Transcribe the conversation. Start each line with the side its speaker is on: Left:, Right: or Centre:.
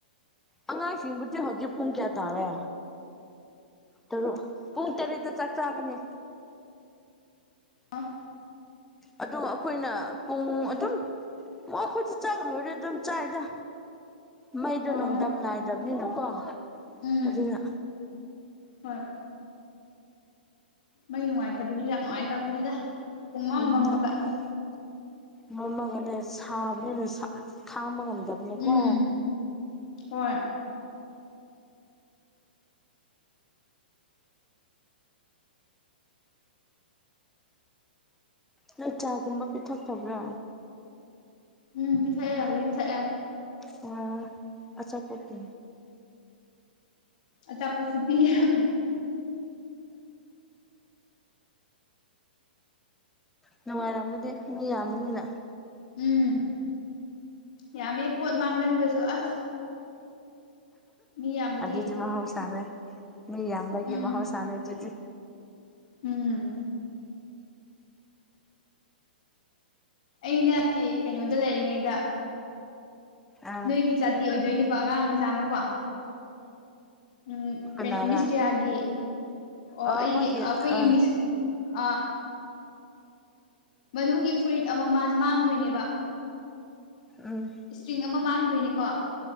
Centre: ꯑꯉꯥꯡꯁꯤꯡꯕꯨꯗꯤ ꯍꯧꯖꯤꯛ ꯄꯨꯡ ꯀꯌꯥ ꯇꯥꯔꯦ ꯇꯔꯨꯛ ꯄꯨꯡ ꯇꯔꯦꯠꯇ ꯆꯥꯛ ꯆꯥꯒꯅꯤ
Left: ꯑꯣ
Centre: ꯑꯗꯨ ꯑꯈꯣꯏꯅ ꯄꯨꯡ ꯑꯗꯨꯝ ꯑꯈꯣꯏꯗꯤ ꯆꯥꯛ ꯂꯣꯢꯔꯦ ꯑꯗꯨꯝ ꯆꯥꯏꯗ ꯃꯩꯗꯣ
Left: ꯑꯣ
Centre: ꯅꯣꯡꯗꯝ ꯅꯥꯏꯗꯝꯅꯤꯅꯀꯣ
Left: ꯎꯝ
Centre: ꯑꯗꯨꯅ
Left: ꯍꯣꯏ ꯃꯩ ꯅꯨꯡꯉꯥꯏꯇꯕꯖꯤ ꯌꯥꯝ ꯅꯨꯡꯉꯥꯏꯇꯕꯅꯤꯗ ꯄꯨꯡꯃꯝ
Centre: ꯎꯝ
Left: ꯃꯝꯃꯒ
Centre: <unintelligible> ꯃꯝꯃꯒꯅꯦ ꯁꯥꯕꯅꯤꯅ ꯈꯥꯡꯕ ꯉꯝꯗꯕꯅꯦꯀꯣ
Left: ꯎꯝ ꯍꯣꯏ
Centre: ꯅꯣꯢ ꯆꯥꯒꯨꯝꯕ ꯄꯤꯊꯛꯇꯕ꯭ꯔꯥ
Left: ꯎꯝ ꯄꯤꯊꯛꯑꯦ ꯍꯧꯖꯤꯛ ꯊꯛꯑꯦ
Centre: ꯑꯣ ꯑꯆꯥꯄꯣꯠꯇꯤ
Left: ꯑꯆꯥꯄꯣꯠꯁꯨ ꯄꯤꯌꯦ <unintelligible>
Centre: ꯅꯨꯡꯉꯥꯏꯔꯝꯒꯅꯤ ꯃꯤ ꯌꯥꯝꯕꯅꯤꯅ
Left: ꯎꯝ ꯌꯥꯝꯃꯦ ꯄꯣꯠ ꯃꯥꯡꯒꯟꯕꯁꯨ ꯑꯁ ꯃꯤ ꯌꯥꯝꯕꯒꯤ
Centre: ꯑꯗꯨꯗꯤ ꯃꯍꯧꯁꯥꯅꯦ ꯃꯤ ꯌꯥꯝꯕꯒꯤ
Left: ꯎꯝ
Centre: ꯃꯍꯧꯁꯥꯅꯦ ꯑꯗꯨꯗꯤ
Left: ꯎꯝ ꯑꯩꯅ ꯀꯤ ꯀꯩꯅꯣꯗ ꯂꯩꯔꯤꯉꯩꯗ
Centre: ꯑꯥ
Left: ꯅꯣꯏꯒꯤ ꯖꯥꯇꯤ ꯑꯣꯏꯗꯣꯏꯅꯤꯀꯣ ꯑꯉꯥꯡ ꯃꯆꯥ ꯑꯃꯀꯣ ꯎꯝ
Centre: ꯀꯅꯥꯔꯥ
Left: ꯀꯩꯅꯣ ꯃꯤꯁꯇꯤꯌꯥꯒꯤ ꯑꯣ
Centre: ꯑꯥ
Left: ꯑꯩꯒꯤ
Centre: ꯃꯣꯏꯒꯤ
Left: ꯑꯈꯣꯏꯒꯤ
Centre: ꯑꯥ
Left: ꯃꯤꯁꯀꯤ ꯑꯥ ꯃꯅꯨꯡꯒꯤ ꯐꯨꯔꯤꯠ ꯑꯃ ꯃꯥꯁ ꯃꯥꯡꯗꯣꯏꯅꯦꯕ
Centre: ꯎꯝ
Left: ꯏꯁꯇ꯭ꯔꯤꯡ ꯑꯃ ꯃꯥꯡꯗꯣꯏꯅꯤꯀꯣ